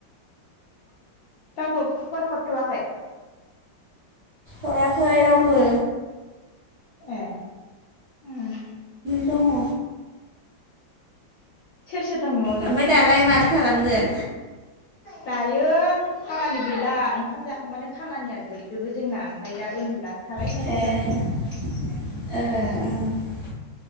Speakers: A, on the left; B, on the right.
A: रावबो फन हरथ'वाखै?
B: हराखै रावबो।
A: ए। उम
B: दङ।
A: सोर सोर दं न'आवलाय?
B: ओमफ्राय दालाय माथो खालामगोन?
A: दायो खामानि गैला ओंखाम जाखांबानो खामानिया जोबजोबो जोंना ओमफाय दा उन्दुनासो थाबाय थासिगोन
B: ए ओ ओं।